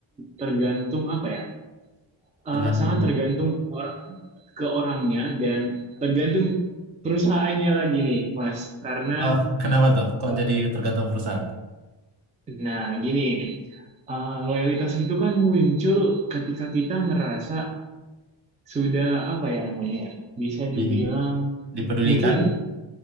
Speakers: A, on the right; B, on the right.
A: tergantung apa ya?
B: Tergantung.
A: Eh, sangat tergantung ke, or- ke orangnya dan tergantung perusahaannya lagi nih, Mas. Karena
B: Oh, kenapa tuh? Kok
A: uh,
B: jadi tergantung perusahaan?
A: Nah, gini, eh, loyalitas itu kan muncul ketika kita ngerasa sudah apa ya namanya ya, bisa dibilang
B: Di- dipedulikan?
A: mungkin